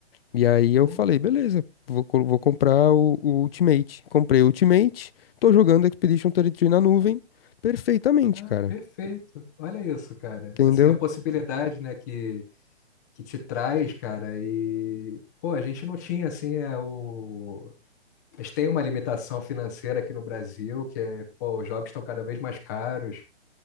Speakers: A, on the left; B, on the left.
A: E aí eu
B: Pô,
A: falei, beleza, vou, co- vou comprar o, o Ultimate. Comprei o Ultimate, tô jogando Expedition 33 na nuvem perfeitamente,
B: ah,
A: cara.
B: perfeito. Olha isso, cara.
A: Entendeu?
B: Assim, a possibilidade, né, que, que te traz, cara, e, pô, a gente não tinha, assim, é, o... A gente tem uma limitação financeira aqui no Brasil, que é, pô, os jogos estão cada vez mais caros,